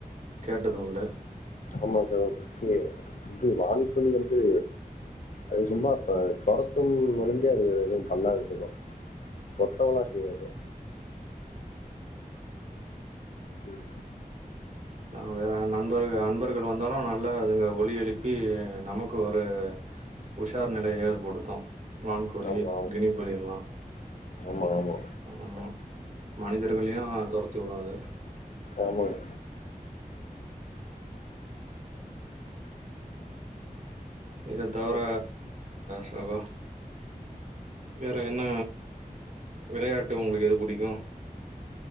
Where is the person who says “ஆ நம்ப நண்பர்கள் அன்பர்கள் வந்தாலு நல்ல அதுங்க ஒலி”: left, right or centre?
Right